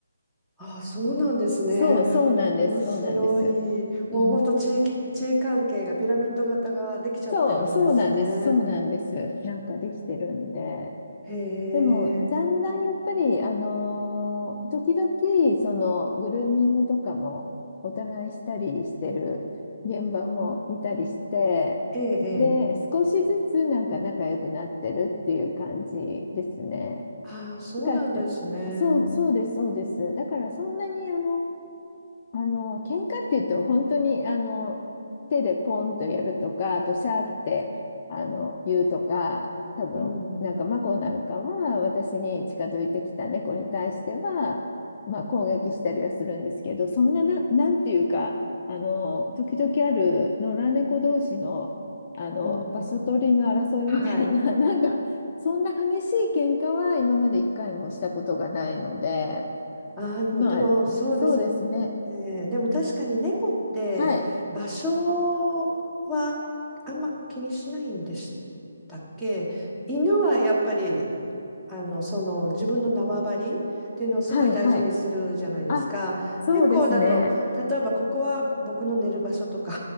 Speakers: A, in the centre; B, on the left (about 35°).
A: あー、そうなんですね。
B: そうそうなんですそうなんです。
A: 面白い。もうほんと地域、
B: うん、
A: 地位関係がピラミッド型ができちゃってるんですね。
B: そうそうなんですそうなんです。なんかできてるんで。
A: へえ、
B: でも、だんだんやっぱり、あのー時々、その、グルーミングとかも、お互いしたりしてる現場も見たりして、
A: ええ、ええ。
B: で、少しずつなんか仲良くなってるっていう感じですね。
A: ああ、そうなんですね。
B: だから、えそう、そうです、そうです。だから、そんなに、あの、あの、喧嘩って言っても本当に、あの、手でポンとやるとか、あとシャーって、あの、言うとか、多分、
A: うん、
B: なんか、マコなんかは、私に近づいてきた猫に対しては、まあ、攻撃したりはするんですけど、そんな、な、なんていうか、あの、時々ある野良猫同士の、あの、
A: うん。
B: 場所取りの争いみたいな、
A: はい。
B: <laughs> なんか、そんな激しい喧嘩は今まで一回もしたことがないので、
A: ああ、もうでもそうですね。
B: まあ、そうですね。
A: えーでも確かに猫って場所はあんま気にしないんでし
B: はい。
A: たっけ犬はやっぱりあのその自分の縄張りっていうのをすごい大事にするじゃないですか。
B: はいはい。あ、そうですね。
A: 猫だと例えばここは僕の寝る場所とか